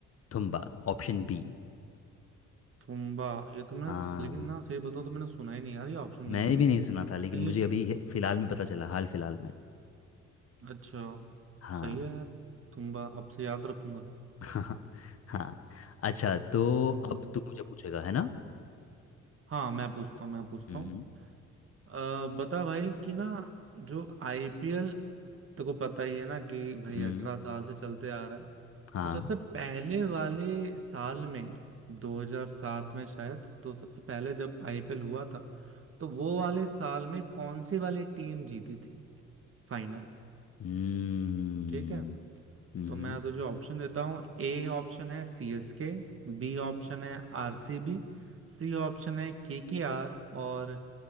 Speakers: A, on the left (about 50°); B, on the right (about 45°).
A: थुम्बा ऑप्शन बी
B: तुम्बा ये तो मैंने
A: हाँ
B: लेकिन ना सही बताओ तो मैंने सुना ही नहीं यार ये ऑप्शन कहीं
A: मैंने
B: तो
A: भी नहीं सुना था लेकिन
B: नहीं
A: मुझे
B: ये-
A: अभी हे- फिलहाल में पता चला हाल फिलहाल में
B: अच्छा
A: हाँ
B: सही है यार तुम्बा अब से याद रखूंगा
A: <laughs> हाँ हाँ अच्छा तो
B: हम्म
A: अब तू मुझे पूछेगा है ना
B: हाँ मैं पूछता हूँ मैं पूछता
A: हम्म
B: हूँ अ, बता भाई कि ना जो आईपीएल तेको पता ही है ना कि भाई
A: हम्म,
B: अठारह साल से चलते आ रहा है
A: हाँ
B: तो सबसे पहले वाले साल में 2007 में शायद तो सबसे पहले जब आईपीएल हुआ था तो वो वाले साल में कौन सी वाली टीम जीती थी फाइनल
A: हम्म
B: ठीक है
A: हम्म
B: तो मैं
A: हम्म,
B: तुझे ऑप्शन देता हूँ ए ऑप्शन है सीएसके बी ऑप्शन है RCB C B, C option है केकेआर और